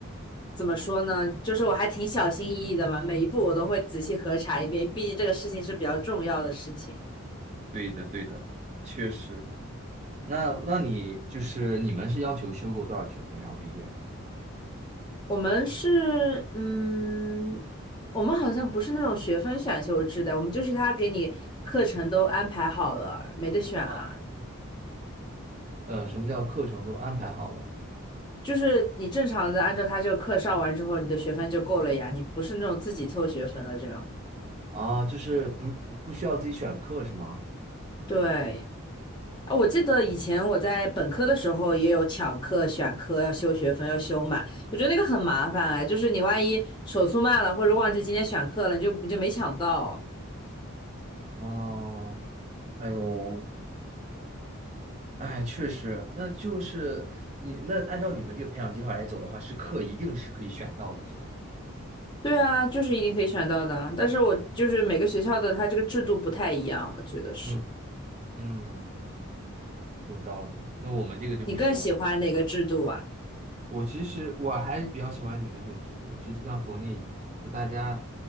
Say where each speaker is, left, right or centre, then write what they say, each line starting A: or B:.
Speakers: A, on the left; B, on the right.
A: 怎么说呢？就是我还挺小心翼翼的嘛，每一步我都会仔细核查一遍，毕竟这个事情是比较重要的事情。
B: 对的对的，确实。那那你就是你们是要求修够多少学分然后毕业
A: 我们是，嗯，我们好像不是那种学分选修制的，我们就是他给你课程都安排好了，没得选啊。
B: 啊？呃，什么叫课程都安排好了
A: 就是你正常的按照他这个课上完之后，你的学分就够了呀，你不是那种自己凑学分了这样。
B: 啊？就是不不需要自己选课是吗？
A: 对，啊，我记得以前我在本科的时候也有抢课、选课，要修学分，要修满。我觉得那个很麻烦哎，就是你万一手速慢了，或者忘记今天选课了，你就你就没抢到。
B: 哦，哎呦，哎，确实，那就是你那按照你们这个培养计划来走的话，是课一定是可以选到的，是吗？
A: 对啊，就是一定可以选到的啊。但是我就是每个学校的它这个制度不太一样，我觉得是。
B: 嗯嗯，有道理。那我们这个就不行，
A: 你更喜欢哪个制度啊？
B: 我们我其实我还是比较喜欢你们这种制度的，就像国内一样，就大家